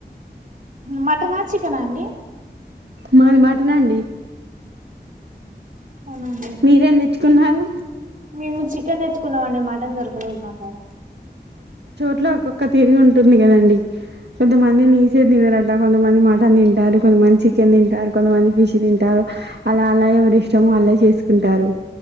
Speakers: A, on the right (about 50°); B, on the right (about 80°).
A: మటనా చికెనా అండి
B: మాది మట్టన్ అండి
A: అవునా అండి
B: మీరేం తెచ్చుకున్నారు
A: మేము చికె చికెన్ తెచూకున్నవాడి మటన్ దొరకలేదు మాకాడ
B: ఇట్లా ఒక్కొక్క తిరుగ ఉంటుంది కదండి కొంతమంది నీసే తినారట కొంతమంది మటన్ తింటారు కొంతమంది చికెన్ తింటారు కొంతమంది ఫిష్ తింటారు అలా అలా ఎవరి ఇష్టం వాళ్ళే చేసుకుంటారు